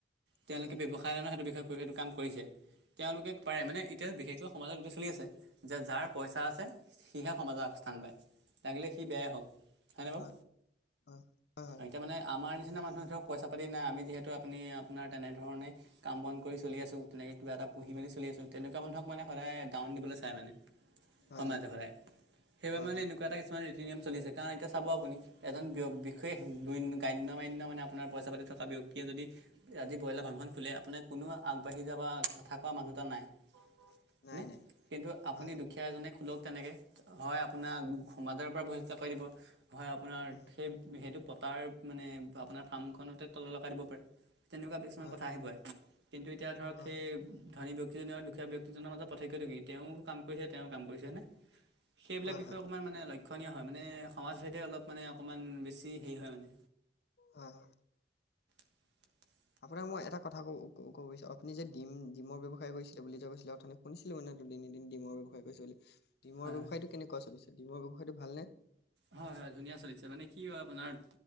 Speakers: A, on the right; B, on the left.
A: তেওঁলোকে
B: হয় হয়
A: ব্যৱসা- নাই নাই সেইটো বিষয়ে এইটো কাম কৰিছে তেওঁলোকে পাৰে মানে- এতিয়া বিশেষকৈ সমাজত এইটো চলি আছে যে যাৰ পইচা আছে সিহে সমাজত আগস্থান পায়। লাগিলে সি বেয়াই হওঁক হয়নে বাৰু
B: হয় হয় হয়
A: এতিয়া মানে আমাৰ- নিচিনা মানুহৰ ধৰক পইচা পাতি নাই আমি যিহেতু আপনি আপোনাৰ তেনেধৰণে কাম বন কৰি চলি আছো তেনেকে কিবা এটা পুহি মেলি চলি আছো তেনেকুৱা মানুহক মানে সদায় ডাউন দিবলৈ চাই মানে।
B: হয়
A: সমাজে
B: হয় হয় হয়
A: সদায় সেইবাবে
B: হয়
A: মানে
B: হয়
A: এনেকুৱা এটা কে- কিছুমান ৰীতি নিয়ম চলিছে কাৰণ এতিয়া চাব আপুনি এজন বিশেষ গাণ্য- মান্য মানে আপোনাৰ পইচা পাতি থকা ব্যক্তিয়ে যদি আজি ব্ৰয়লাৰ ফাৰ্মখন খোলে আপোনাৰ কোনো আগবাঢ়ি - যাবা কথা কোৱা মানুহ এটা নাই। হয়নে
B: নাই নাই
A: কিন্তু আপুনি
B: হয় হয়
A: দুখীয়া এজনে খোলক তেনেকে- হয়ঁ আপোনাক সমাজৰ পৰা বহিষ্কাৰ কৰি দিব নহয় আপোনাৰ
B: হয়
A: সেই- সেইটো পতাৰ মানে আপোনাৰ ফাৰ্মখনতে তলা লগাই দিব পাৰে। তেনেকুৱা কিছুমান
B: হয় হয়
A: কথা
B: হয়
A: আহি পৰে কিন্তু এতিয়া ধৰক
B: হয়
A: সেই- ধনী ব্যক্তিজনে দুখীয়া ব্যক্তিজনৰ মাজত পাৰ্থক্য কি তেওঁ কাম কৰিহে তেওঁ কাম কৰিছে হয়নে। সেইবিলাক
B: হয়
A: বিষয়
B: হয়
A: অকণমান মানে লক্ষণীয় হয় মানে সমাজ ভেদে অলপ মানে অকণমান বেছি হেৰি হয় মানে।
B: অঁ!
A: <unintelligible>
B: আপোনাক মই এটা কথা ক কব বিচাৰোঁ আপুনি যে ডিম ডিমৰ ব্যৱসায় কৰিছিল বুলি কোৱা কৈছিলে অথনি। শুনিছিলো মানে দুদিন এদিন ডিমৰ ব্যৱসায় কৰিছে বুলি ডিমৰ
A: হয় হয়
B: ব্যৱসায়টো কেনেকুৱা চলি ডিমৰ ব্যৱসায়টো ভালনে?
A: হয়ঁ হয়ঁ ধুনীয়া চলিছে মানে কি হয়ঁ আপোনাৰ।